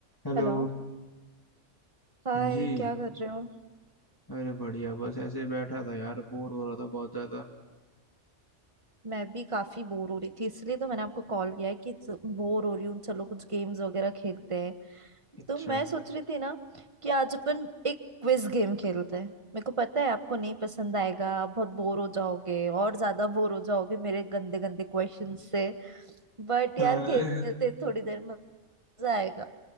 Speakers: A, on the left; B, on the right.
A: Hello
B: Hello Hi
A: हाँ जी
B: क्या कर रहे हो
A: अरे बढ़िया बस ऐसे ही बैठा था यार बोर हो रहा था बहुत ज्यादा
B: मैं भी काफी बोर हो रही थी इसलिए तो मैंने आपको कॉल किया है कि बोर हो रही हूँ चलो कुछ गेम्स वगैरह खेलते हैं
A: अच्छा
B: तो मैं सोच रही थी ना कि आज अपन एक क्विज गेम खेलते हैं मेरे को पता है आपको नहीं पसंद आएगा आप बहुत बोर हो जाओगे और ज्यादा बोर हो जाओगे मेरे गंदे गंदे क्वेश्चन से बट यार
A: हाँ,
B: खेलते हैं, थोड़ी देर में मजा आएगा